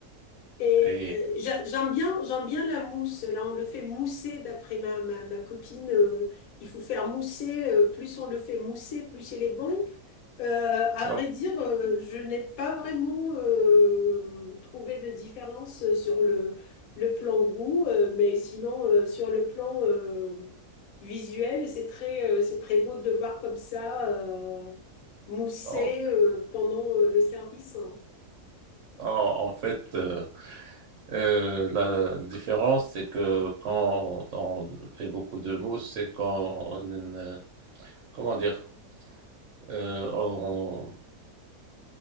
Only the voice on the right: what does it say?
et
donc,
en,
en- en fait, euh, euh, la différence, c'est que quand on fait beaucoup de mousse, c'est qu'on, euh, comment dire, euh, on-